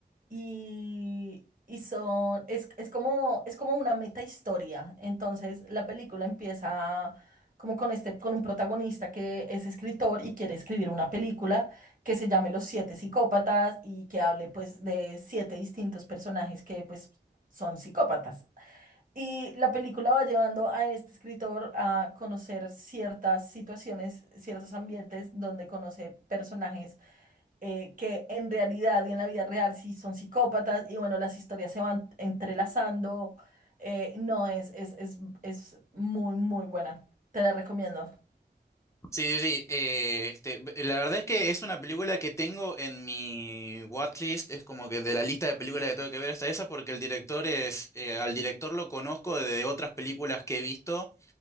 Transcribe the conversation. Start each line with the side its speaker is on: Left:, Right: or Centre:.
Right: y, y son, es, es como, es como una meta historia. Entonces la película empieza como con este, con un protagonista que es escritor y quiere escribir una película que se llame Los Siete Psicópatas y que hable pues de siete distintos personajes que pues son psicópatas. Y la película va llevando a este escritor a conocer ciertas situaciones, ciertos ambientes donde conoce personajes eh, que en realidad y en la vida real sí son psicópatas y bueno, las historias se van entrelazando. eh, no, es, es, es, es muy, muy buena. Te la recomiendo.
Left: Sí, sí, sí, eh, este, b- la verdad es que es una película que tengo en mi watchlist, es como que de la lista de películas que tengo que ver está esa porque el director es, eh, al director lo conozco de otras películas que he visto